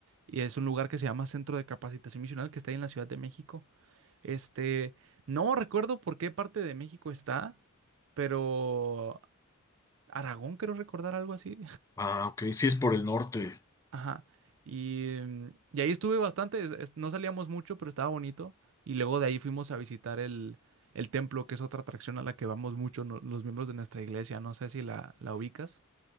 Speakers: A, on the right; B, on the left.
A: y es un lugar que se llama Centro de Capacitación Misional que está ahí en la Ciudad de México. Este, no recuerdo por qué parte de México está, pero Aragón creo recordar algo así.
B: Ah, ok, sí es por el norte.
A: Ajá. Y, mm, y ahí estuve bastante, es- es- no salíamos mucho, pero estaba bonito. Y luego de ahí fuimos a visitar el, el templo, que es otra atracción a la que vamos mucho no- los miembros de nuestra iglesia. No sé si la, la ubicas.